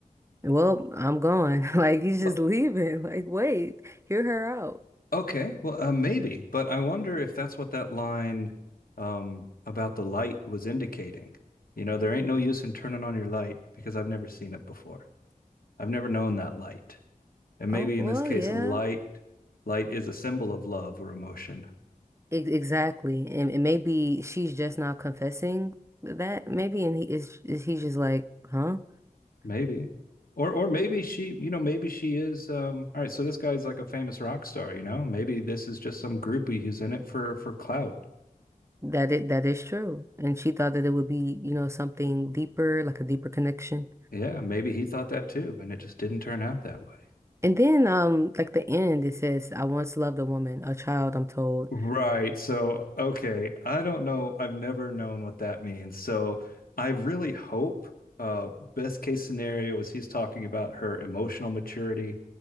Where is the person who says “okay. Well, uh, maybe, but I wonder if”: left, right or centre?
Left